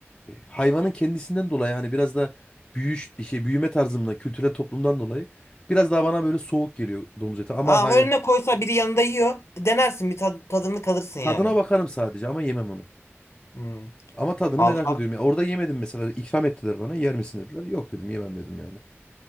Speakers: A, on the left (about 15°); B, on the left (about 70°).
A: hayvanın kendisinden dolayı hani biraz da büyüş şey büyüme tarzımdan, kültürel toplumdan dolayı biraz daha bana böyle soğuk geliyor domuz eti ama
B: Aa
A: hani
B: önüne koysa biri yanında yiyor. Denersin bir tad- tadını kalırsın yani.
A: tadına bakarım sadece ama yemem onu.
B: Hmm.
A: Ama tadını
B: Vallahi,
A: merak ediyorum. Ya orada yemedim mesela. İkram ettiler bana. Yer misin dediler. Yok dedim yemem dedim yani.